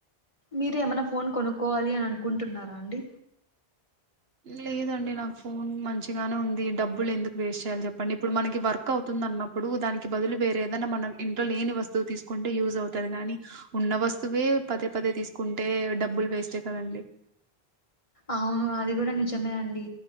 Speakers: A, on the left; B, on the right.
A: మీరు ఏమన్నా ఫోన్ కొనుక్కోవాలి అని అనుకుంటున్నారా అండి.
B: లేదండి నాకు ఫోన్ మంచిగానే ఉంది డబ్బులు ఎందుకు వేస్ట్ చేయాలి చెప్పండి ఇప్పుడు మనకి వర్క్ అవుతుందన్నప్పుడు దానికి బదులు వేరే ఏదన్న మన ఇంట్లో లేని వస్తువు తీసుకుంటే యూజ్ అవుతది కాని ఉన్న వస్తువే పదే పదే తీసుకుంటే డబ్బులు వేస్టే కదండి.
A: అవును అది గుడా నిజమే అండి